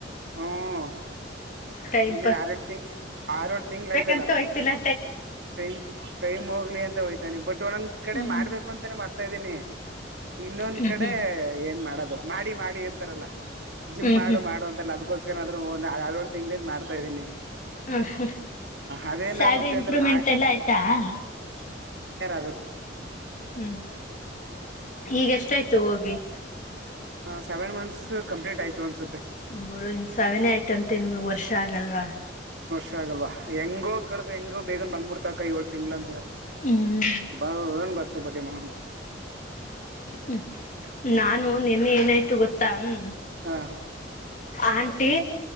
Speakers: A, on the right; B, on the left.
A: ಹ್ಮ್.
B: ಟೈಮ್
A: ಇನ್ನೇ ಆರೆ ಎಳ ತಿಂಗ ಆರೆಳ ತಿಂಗಳ ಆಯ್
B: ಎಂತ ಹಯ್ಲ್ಲ.
A: ಟೈಮ್ ಟೈಮ್ ಹೋಗ್ಲಿ ಅಂತ ಹೋಯ್ತಾನೆ ಬಟ್ ಒಂದೊಂದ್ ಕಡೆ
B: ಹ್ಮ್
A: ಮಾಡ್ಬೇಕು ಅಂತಾನೇ ಮಾಡ್ತ ಇದೀನಿ ಇನ್ನೊಂದ್
B: ಹ್ಮ್
A: ಕಡೆ
B: ಹ್ಮ್
A: ಏನ್ ಮಾಡದ ಮಾಡಿ ಮಾಡಿ ಅಂತಾರಲ್ಲ ಜಿಮ್
B: ಹ್ಮ್
A: ಮಾಡು
B: ಹ್ಮ್
A: ಮಾಡು ಅಂತಲ್ಲ ಅದ್ಕೋಸ್ಕರನಾದ್ರೂ ತಿಂಗಳ ಮಾಡ್ತಾ ಇದ್ದೀನಿ
B: ಹ್ಮ್ ಹ್ಮ್
A: ಅದೇನಾಗುತ್ತೆ
B: ಸ್ಯಾಲ್ರಿ
A: ಅಂದ್ರೆ ನಾ
B: <unintelligible>
A: <unintelligible>
B: ಹ್ಮ್ ಈಗ ಎಷ್ಟಾಯ್ತು ಹೋಗಿ
A: ಸೆವೆನ್ ಮಂತ್ಸ್ ಕಂಪ್ಲೀಟ್ ಆಯ್ತು ಅನ್ಸ್
B: ಬೋಡು ಇನ್ ಸಾವನೆೇ ಆಯ್ತಂತೆ ನೀಮ ವರ್ಷ ಆಗಲ್ವಾ.
A: ಷ್ಟ ಆಗಲ್ವಾ ಹೆಂಗೋ ಕಳ್ದ ಹೆಂಗೋ ಬೇಗನ್ ಬಂದ್ಬಿಡ್ತಾಕ ಏಳ್ ತಿಂಗ್ ಅಂದ್ರೆ.
B: ಹ್ಮ್
A: <unintelligible>
B: ಹ್ಮ ನಾನು ನಿನ್ನೆ ಏನಾಯ್ತು ಗೊತ್ತಾ ಹ್ಮ್.
A: ಹ
B: ಆಂಟಿ